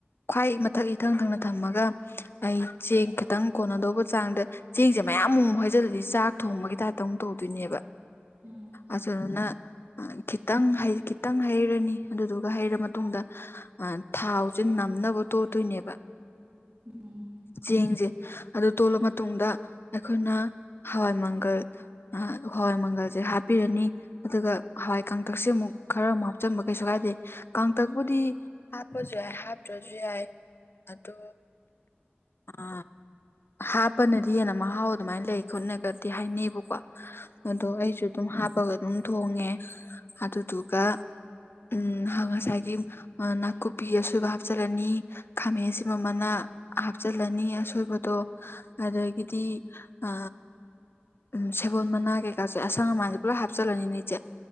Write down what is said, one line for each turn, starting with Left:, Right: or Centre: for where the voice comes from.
Left: ꯈ꯭ꯋꯥꯏ ꯃꯊꯛ ꯏꯊꯪ ꯊꯪꯅ ꯊꯝꯃꯒ ꯑꯩ ꯆꯦꯡ ꯈꯤꯇꯪ ꯀꯣꯟꯅꯗꯧꯕ ꯆꯥ ꯡꯗ ꯆꯦꯡꯁꯦ ꯃꯌꯥꯝ ꯑꯃꯨꯛ ꯍꯩꯖꯤꯜꯂꯗꯤ ꯆꯥꯛ ꯊꯣꯡꯕꯒꯤ ꯇꯥꯏꯞꯇ ꯑꯃꯨꯛ ꯇꯧꯗꯣꯏꯅꯦꯕ
Right: ꯎꯝ
Left: ꯑꯗꯨꯗꯨꯅ ꯈꯤꯇꯪ ꯈꯤꯇꯪ ꯍꯩꯔꯅꯤ ꯑꯗꯨꯗꯨꯒ ꯍꯩꯔ ꯃꯇꯨꯡꯗ ꯊꯥꯎꯁꯦ ꯅꯝꯅꯕ ꯇꯣꯠꯇꯣꯏꯅꯦꯕ
Right: ꯎꯝ
Left: ꯆꯦꯡꯁꯦ ꯑꯗꯨ ꯇꯣꯠꯂ ꯃꯇꯨꯡꯗ ꯑꯩꯈꯣꯏꯅ ꯍꯋꯥꯏ ꯃꯪꯒꯜ ꯍꯣꯏ ꯃꯪꯒꯜꯁꯦ ꯍꯥꯞ ꯄꯤꯔꯅꯤ ꯑꯗꯨꯒ ꯍꯋꯥꯏ ꯀꯥꯡꯇꯛꯁꯦ ꯑꯃꯨꯛ ꯈꯔ ꯑꯃꯨꯛ ꯍꯥꯞꯆꯤꯟꯕ ꯀꯩꯁꯨ ꯀꯥꯏꯗꯦ ꯀꯥꯡꯇꯛꯄꯨꯗꯤ ꯍꯥꯞꯄꯖꯨ ꯌꯥꯢ ꯍꯥꯞꯇ꯭ꯔꯖꯨ ꯌꯥꯥꯏ ꯑꯗꯨ ꯑ ꯍꯥꯞꯄꯅꯗꯤ ꯍꯦꯟꯅ ꯃꯍꯥꯎ ꯑꯗꯨꯃꯥꯏꯅ ꯂꯩ ꯈꯣꯠꯅꯒꯗꯤ ꯍꯥꯏꯅꯩꯕꯀꯣ ꯑꯗꯣ
Right: ꯎꯝ
Left: ꯑꯩꯁꯨ ꯑꯗꯨꯝ ꯍꯥꯞꯄꯒ ꯑꯗꯨꯝ ꯊꯣꯡꯉꯦ ꯑꯗꯨꯗꯨꯒ ꯎꯝ ꯉꯁꯥꯏꯒꯤ ꯅꯥꯀꯨꯞꯄꯤ ꯑꯁꯣꯏꯕ ꯍꯥꯞꯆꯤꯜꯂꯅꯤ ꯈꯥꯃꯦꯟ ꯑꯁꯤꯟꯕ ꯃꯅꯥ ꯍꯥꯞꯆꯤꯜꯂꯅꯤ ꯑꯁꯣꯏꯕꯗꯣ ꯑꯗꯒꯤꯗꯤ ꯑ ꯎꯝ ꯁꯦꯕꯣꯠ ꯃꯅꯥ ꯀꯩꯀꯥꯁꯦ ꯑꯁ ꯑꯁꯪ ꯑꯃꯥꯟꯁꯦ ꯄꯨꯂꯞ ꯍꯥꯞꯆꯤꯜꯂꯅꯤꯅ ꯏꯆꯦ